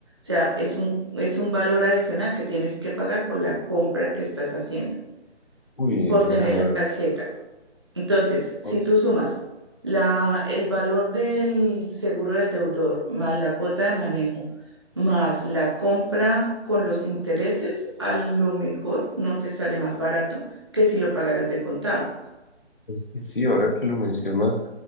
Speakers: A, on the right; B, on the left.
A: sea, es un, es un valor adicional que tienes que pagar por la compra que estás haciendo,
B: Uy,
A: por
B: o
A: tener
B: sea,
A: la tarjeta. Entonces, si
B: os-
A: tú sumas la, el valor del seguro del deudor más la cuota de manejo, más la compra con los intereses, a lo mejor no te sale más barato que si lo pagaras de contado.
B: Es que sí, ahora que lo mencionas,